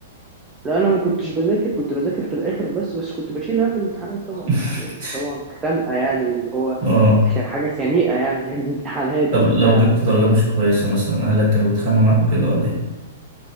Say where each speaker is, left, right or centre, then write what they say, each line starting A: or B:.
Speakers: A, on the right; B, on the right.
A: لا انا ما كنتش بذاكر كنت بذاكر في الاخر بس بس كنت بشيل هم الامتحانات طبعا
B: <laughs>
A: يعني يعني طبعا خنقه يعني اللي هو
B: اه
A: خ- حاجه خنيقه يعني <laughs> الامتحانات
B: طب
A: وبتاع
B: لو جبت درجة مش كويسة مثلا أهلك كانوا بيتخانقوا معاك وكده ولا إيه؟